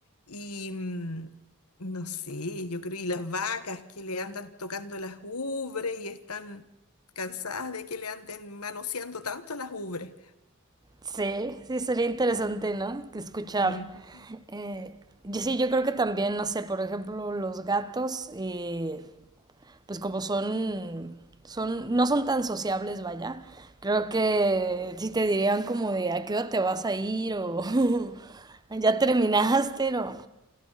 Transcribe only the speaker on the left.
y mm, no sé, yo creo, y las vacas que le andan tocando las ubres y están cansadas de que le anden manoseando tanto las ubres.
Mm, <laughs>